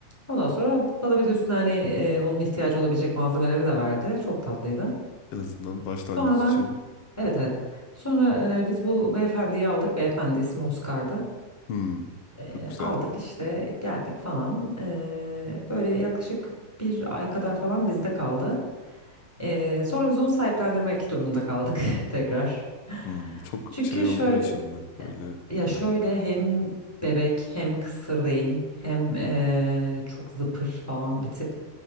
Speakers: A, in the centre; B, on the left.
A: Ondan sonra bana bir de üstüne hani e, onun ihtiyacı olabilecek malzemeleri de verdi. Çok tatlıydı.
B: En azından başlangıç
A: Sonra ben
B: için.
A: evet evet. Sonra e, biz bu beyefendiyi aldık. Beyefendi ismi Oscar'dı.
B: Hmm.
A: E,
B: Çok güzel.
A: aldık işte geldik falan. E, böyle yaklaşık bir ay kadar falan bizde kaldı. E, sonra biz onu sahiplendirmek durumunda kaldık <laughs> tekrar.
B: Hmm. Çok
A: Çünkü
B: şey
A: şöyle
B: olduğu için mi? Böyle
A: ya şöyle
B: e,
A: hem bebek hem kısır değil hem eee, çok zıpır falan bir tip.